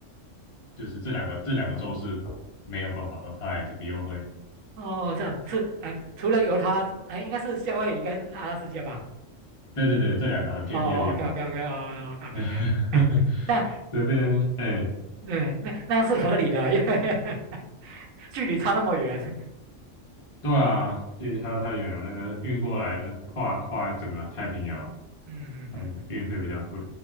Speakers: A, on the left; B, on the right.
A: 就是这两个这两个州是没有办法 apply 这个优惠。
B: 哦，这样是哎，除了犹他之哎，应该是夏威夷跟阿拉斯加吧？
A: 对对对，这两个很偏僻的地方，
B: 哦，OK OK OK 哦，OK OK
A: <laughs>
B: OK，哎，那
A: 这边哎，
B: 对，那那是合理的，因为 <laughs> 距离差那么远。
A: 对啊，距离它太远了，
B: 嗯
A: 那个运过来的跨跨整个太平洋，
B: 嗯嗯嗯嗯，
A: 嗯，运费比较贵，